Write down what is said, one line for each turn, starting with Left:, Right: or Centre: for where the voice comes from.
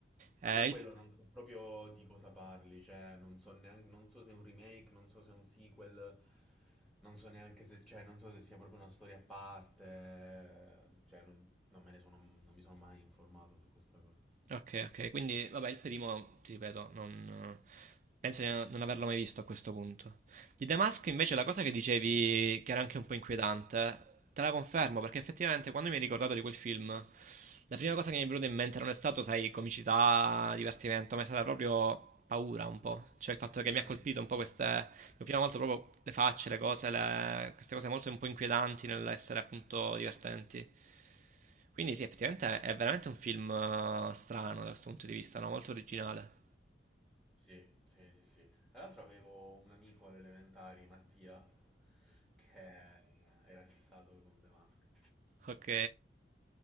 Right: Eh,
Centre: No, io
Right: il
Centre: quello non so proprio di cosa parli, cioè non so neanche, non so se è un remake, non so se è un sequel, non so neanche se, cioè, non so se sia proprio una storia a parte, cioè non, non me ne sono, non mi sono mai informato su questa cosa.
Right: Ok, ok, quindi vabbè, il primo, ti ripeto, non, penso di no, non averlo mai visto a questo punto. Di Damask invece la cosa che dicevi, che era anche un po' inquietante, te la confermo perché effettivamente quando mi hai ricordato di quel film, la prima cosa che mi è venuta in mente non è stato, sai, comicità, divertimento, ma è stata proprio paura un po', cioè il fatto che mi ha
Centre: Mm.
Right: colpito un po' queste, mi prima molto proprio le facce, le cose, le- queste cose molto un po' inquietanti nell'essere appunto divertenti. Quindi sì, effettivamente è veramente un film eh, strano da questo punto di vista, no? Molto originale.
Centre: Sì, sì, sì, sì. Tra l'altro avevo un amico alle elementari, Mattia, che era fissato con The Mask.
Right: Ok,